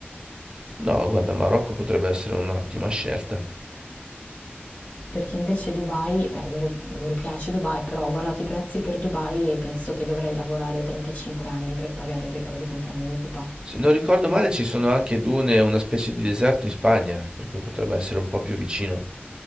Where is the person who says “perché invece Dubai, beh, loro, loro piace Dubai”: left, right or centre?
Left